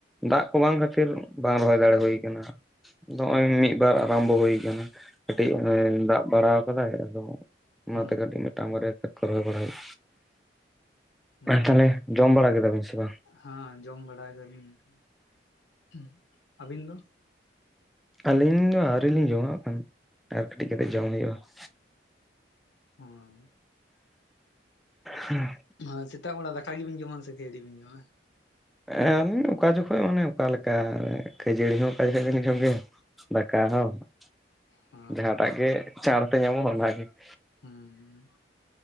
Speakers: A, in the centre; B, on the left.
A: ᱫᱟᱜ ᱠᱚ ᱵᱟᱝ ᱠᱷᱟᱹᱛᱤᱨ ᱵᱟᱝ ᱨᱚᱦᱚᱭ ᱫᱟᱲᱮ ᱦᱩᱭ ᱟᱠᱟᱱᱟ ᱾ <inaudible> ᱟᱫᱚ ᱦᱚᱸᱜ-ᱚᱭ ᱢᱤᱫ ᱵᱟᱨ ᱟᱨᱟᱢᱵᱚ ᱦᱩᱭ ᱟᱠᱟᱱᱟ ᱾ <inaudible> ᱠᱟᱹᱴᱤᱡ ᱚᱱᱮ ᱫᱟᱜ ᱵᱟᱲᱟ ᱟᱠᱟᱫᱟᱭ ᱟᱫᱚ ᱚᱱᱟᱛᱮ
B: ᱦᱩᱸ
A: ᱠᱟᱹᱴᱤᱡ ᱢᱤᱫᱴᱟᱝ ᱵᱟᱨᱭᱟ ᱠᱷᱮᱛ ᱠᱚ ᱨᱚᱦᱚᱭ ᱵᱟᱲᱟ <unintelligible> ᱾
B: ᱦᱩᱸ
A: ᱟᱨ ᱛᱟᱦᱚᱞᱮ ᱡᱚᱢ ᱵᱟᱲᱟ ᱠᱮᱫᱟ ᱵᱤᱱ ᱥᱮ ᱵᱟᱝ?
B: ᱦᱮᱸ, ᱡᱚᱢ ᱵᱟᱲᱟ ᱠᱟᱫᱟᱞᱤᱧ᱾ <inaudible> ᱟᱹᱵᱤᱱ ᱫᱚ?
A: ᱟᱹᱞᱤᱧ ᱫᱚ ᱟᱹᱣᱨᱤ ᱞᱤᱧ ᱡᱚᱢᱟᱼᱟ ᱠᱷᱟᱱ ᱟᱨ ᱠᱟᱹᱴᱤᱡ ᱠᱟᱛᱮᱫ ᱡᱚᱢ ᱦᱩᱭᱩᱜᱼᱟ ᱾
B: <inaudible> ᱦᱚᱭ᱾
A: ᱦᱮᱸ ᱾
B: ᱦᱮᱸ, ᱥᱮᱛᱟᱜ ᱵᱮᱲᱟ ᱫᱟᱠᱟ ᱜᱮᱵᱤᱱ ᱡᱚᱢᱟ ᱥᱮ ᱠᱷᱟᱹᱡᱟᱹᱲᱤ ᱵᱤᱱ ᱡᱚᱢᱟ?
A: ᱟᱞᱤᱧ ᱫᱚ ᱚᱠᱟ ᱡᱚᱠᱷᱚᱡ ᱚᱱᱮ ᱚᱠᱟ ᱞᱮᱠᱟ, ᱠᱷᱟᱹᱡᱟᱹᱲᱤ ᱦᱚᱸ ᱚᱠᱟ ᱡᱚᱠᱷᱚᱡ ᱫᱚᱞᱤᱧ ᱡᱚᱢ ᱜᱮᱭᱟ, ᱫᱟᱠᱟ ᱦᱚᱸ, <inaudible>
B: ᱦᱚᱸ
A: ᱡᱟᱦᱟᱸᱴᱟᱜ ᱜᱮ ᱪᱟᱬᱛᱮ ᱧᱟᱢᱚᱜᱼᱟ ᱚᱱᱟ ᱜᱮ ᱾
B: ᱦᱩᱸ ᱾